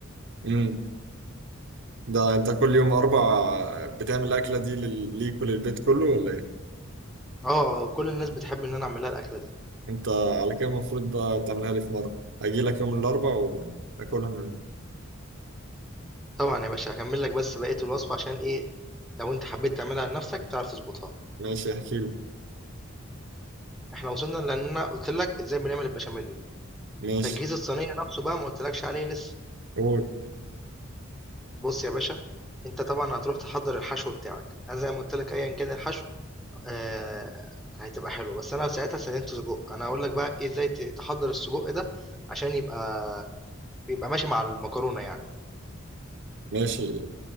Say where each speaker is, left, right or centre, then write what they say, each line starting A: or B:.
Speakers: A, on the right; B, in the centre.
A: مم. ده انت كل يوم اربع بتعمل الاكله دي لل- ليك وللبيت كله ولا ايه
B: آه، آه، كل الناس بتحب إن أنا أعمل لها الأكلة دي.
A: انت على كده المفروض بقى تعملها لي في مره اجي لك يوم الاربع واكلها من
B: طبعًا يا باشا هاكمل لك بس بقية الوصفة عشان إيه، لو أنت حبيت تعملها لنفسك تعرف تضبطها.
A: ماشي احكي له
B: إحنا وصلنا لإن أنا قُلت لك إزاي بنعمل البشاميل.
A: ماشي
B: تجهيز الصينية نفسه بقى ما قلتلكش عليه لسه
A: قول
B: بص يا باشا انت طبعا هتروح تحضر الحشو بتاعك انا زي ما قلت لك ايا كان الحشو آه هتبقى حلوه بس انا ساعتها استخدمت سجق انا هقول لك بقى ايه ازاي ت- تحضر السجق ده عشان يبقى يبقى ماشي مع المكرونه يعني
A: ماشي